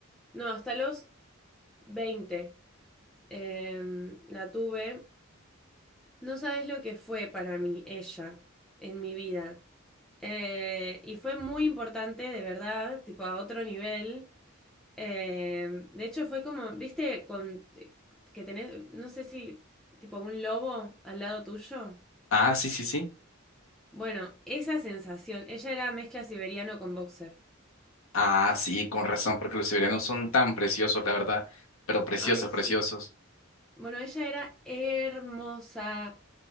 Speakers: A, in the centre; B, on the left (about 75°).
A: No, hasta los 20 em, la tuve. No sabes lo que fue para mí ella en mi vida. Eh, y fue muy importante, de verdad, tipo a otro nivel. Eh, de hecho, fue como, viste, con que tenés, no sé si, tipo un lobo al lado tuyo.
B: Ah, sí, sí, sí.
A: Bueno, esa sensación. Ella era mezcla siberiano con boxer.
B: Ah, sí, con razón, porque los siberianos son tan preciosos, la verdad, pero preciosos,
A: Ay, sí.
B: preciosos.
A: Bueno, ella era hermosa.